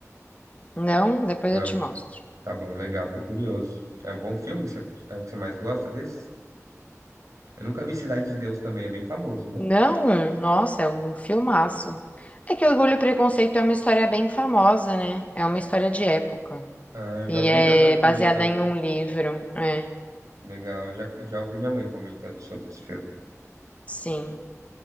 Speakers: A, on the left; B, on the right.
A: Não, depois
B: Não,
A: eu te mostro.
B: tá bom, legal, tô curioso. É um bom filme? Você- É o que você mais gosta desse? Eu nunca vi Cidade de Deus também, é bem famoso, né?
A: Não, nossa, é um filmaço. É que Orgulho e Preconceito é uma história bem famosa, né? É uma história de época.
B: Ah, eu
A: E
B: já ouvi
A: é
B: minha mãe comentando.
A: baseada em um livro. É,
B: Legal, eu já, eu já ouvi minha mãe comentando sobre esse filme.
A: sim.